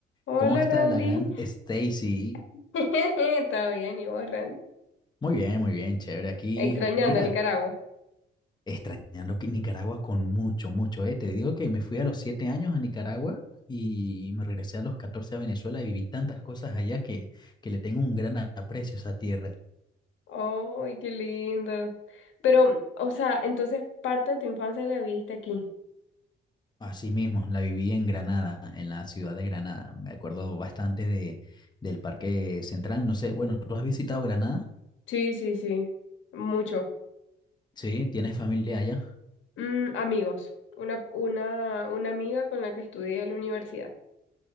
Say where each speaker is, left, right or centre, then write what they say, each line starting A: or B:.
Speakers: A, on the left; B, on the left.
A: Hola
B: ¿Cómo está
A: Randy.
B: la gran Stacy?
A: <laughs> Todo bien, ¿y vos, Randy?
B: Muy bien, muy bien, chévere. Aquí,
A: Extrañando
B: mira,
A: a Nicaragua.
B: extrañando que Nicaragua con mucho, mucho, ¿eh? Te digo que me fui a los siete años a Nicaragua y me regresé a los 14 a Venezuela y viví tantas cosas allá que, que le tengo un gran aprecio a esa tierra.
A: ¡Ay, qué lindo! Pero, o sea, entonces parte de tu infancia la viviste aquí.
B: Así mismo, la viví en Granada, en la ciudad de Granada. Me acuerdo bastante de, del Parque Central. No sé, bueno, ¿tú has visitado Granada?
A: Sí, sí, sí. Mucho.
B: Sí, ¿tienes familia allá?
A: Mm, amigos. Una, una, una amiga con la que estudié en la universidad.